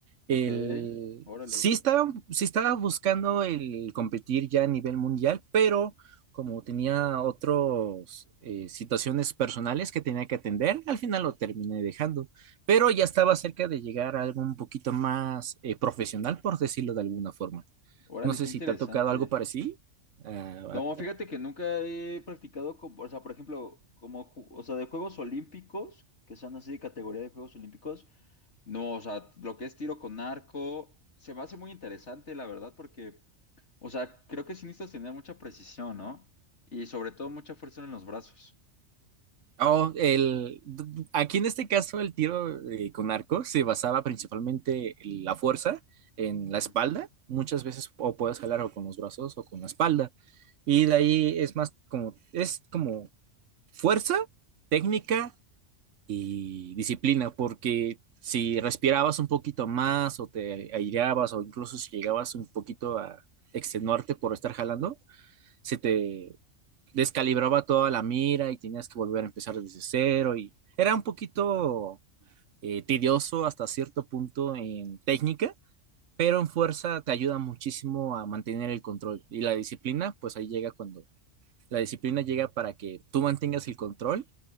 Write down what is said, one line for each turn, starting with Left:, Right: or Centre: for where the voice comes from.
Right: El,
Left: Ok, órale,
Right: sí estaba, sí estaba buscando el competir ya a nivel mundial, pero como tenía otras situaciones personales que tenía que atender, al final lo terminé dejando. Pero ya estaba cerca de llegar a algo un poquito más eh, profesional, por decirlo de alguna forma.
Left: órale,
Right: No sé
Left: qué interesante.
Right: si te ha tocado algo parecido. Ah,
Left: No, fíjate que nunca he practicado, co- o sea, por ejemplo, como, ju- o sea, de Juegos Olímpicos, que son así de categoría de Juegos Olímpicos. No, o sea, lo que es tiro con arco, se me hace muy interesante, la verdad, porque, o sea, creo que sí necesitas tener mucha precisión, ¿no? Y sobre todo mucha fuerza en los brazos.
Right: a- a- oh, el, aquí en este caso el tiro eh, con arco se basaba principalmente en la fuerza en la
Left: Ujú.
Right: espalda. Muchas veces o puedes jalar o con los brazos o con la espalda. Y de ahí es más como, es como fuerza, técnica y disciplina, porque si respirabas un poquito más o te aireabas o incluso si llegabas un poquito a extenuarte por estar jalando, se te descalibraba toda la mira y tenías que volver a empezar desde cero y era un poquito eh, tedioso hasta cierto punto en técnica, pero en fuerza te ayuda muchísimo a mantener el control y la disciplina, pues ahí llega cuando la disciplina llega para que tú mantengas el control